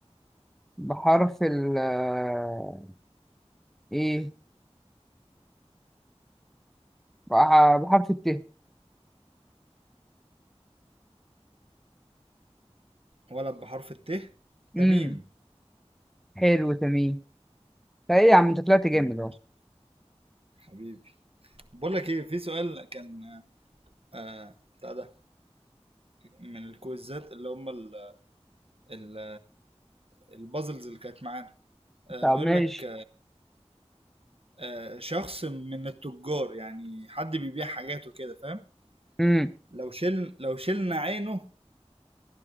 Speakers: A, in the centre; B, on the right.
A: بحرف ال آه، ايه بح- بحرف الت
B: ولد بحرف الت
A: امم
B: تميم
A: حلو تمام طيب ايه يا عم انت طلعت جامد
B: ماشي
A: اهو
B: حبيبي بقول لك ايه في سؤال كان آه بتاع ده من الكويزات اللي هم ال ال البازلز اللي كانت معانا آه
A: طب
B: بيقول
A: ماشي
B: لك آه شخص من التجار يعني حد بيبيع حاجات وكده فاهم
A: امم
B: لو شل لو شلنا عينه